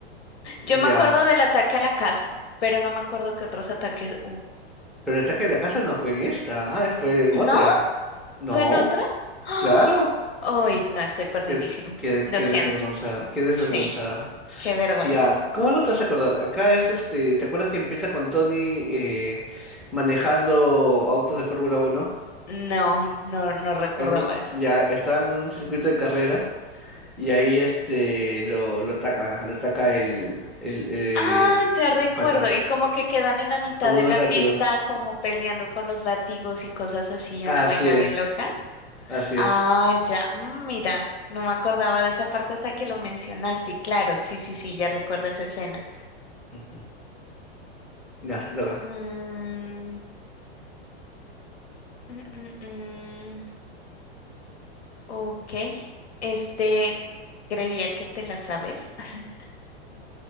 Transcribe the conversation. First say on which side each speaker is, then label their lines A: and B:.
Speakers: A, in the centre; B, on the left.
A: Ya,
B: Yo me acuerdo del ataque a la casa, pero no me acuerdo qué otros ataques hubo.
A: pero el ataque de la casa no fue en esta, ah, fue en
B: ¿No?
A: otra. No,
B: ¿Fue en otra? <gasps> ¡Ah!
A: claro.
B: Uy, no, estoy perdidísimo.
A: Qué, qué,
B: Lo
A: qué
B: siento.
A: desvergonzada, qué desvergonzada.
B: Sí, qué vergüenza.
A: Ya, ¿cómo no te vas a acordar? Acá es este, ¿te acuerdas que empieza con Tony eh, manejando autos de Fórmula uno?
B: No, no, no recordaba
A: En un-
B: eso.
A: ya está en un circuito de carrera y ahí este lo, lo ataca, lo ataca el, el, el
B: Ah, ya recuerdo.
A: pata
B: Y como que quedan en la mitad
A: con
B: de
A: unos
B: la
A: látigos.
B: pista, como peleando con los látigos y cosas así,
A: Así
B: una vaina
A: es,
B: bien loca.
A: así
B: Ah,
A: es.
B: ya, mm, mira, no me acordaba de esa parte hasta que lo mencionaste. y Claro, sí, sí, sí, ya recuerdo esa escena.
A: Ujú. Ya, te toca.
B: Mm, mm, mm, mm, ok, este, creería que te la sabes. <laughs>